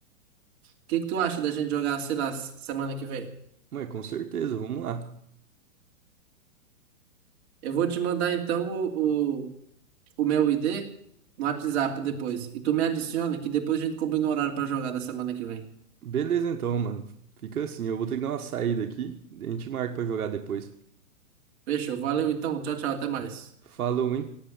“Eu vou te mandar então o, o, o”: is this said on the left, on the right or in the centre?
Right